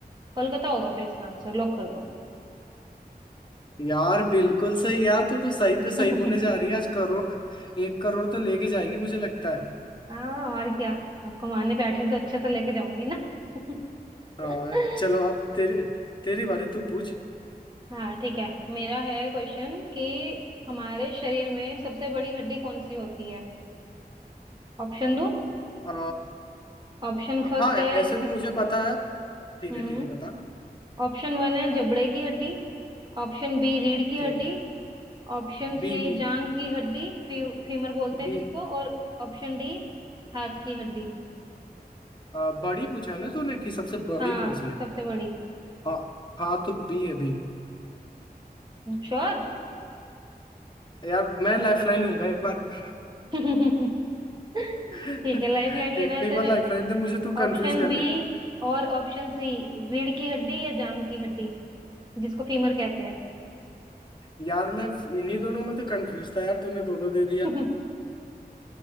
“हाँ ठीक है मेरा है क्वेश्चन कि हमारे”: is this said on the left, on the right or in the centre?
Right